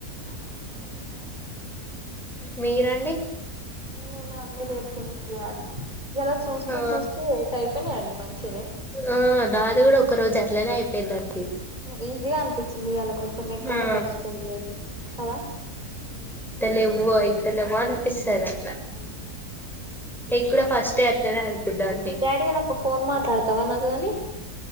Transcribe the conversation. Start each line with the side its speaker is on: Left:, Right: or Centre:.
Right: అహ
Centre: మీరండి
Right: నేను అన్ని రేపు ఫినిష్ చేయాలి కదా చూస్తూ
Centre: ఆ
Right: చూస్తూ ఎయిట్ అయిపోయినాయండి మంచిగనె
Centre: ఆ నాది కూడా ఒక రోజు అట్లనే అయిపోయిందండి
Right: ఈజీగా అనిపించింది ఇయ్యాల కొంచెం ఎక్కువనే
Centre: ఆ
Right: గడిచిపోయిందిలెండి కదా
Centre: లెవ్వు అయి తెలువో అనిపిస్తది
Right: ఉమ్,
Centre: అట్లా
Right: ఉమ్.
Centre: నేను కూడా ఫస్ట్ డే అట్లనే అనుకున్నాను
Right: డాడీ ఇయ్యాల ఒక ఫోన్ మాట్లాడతావా నాతోని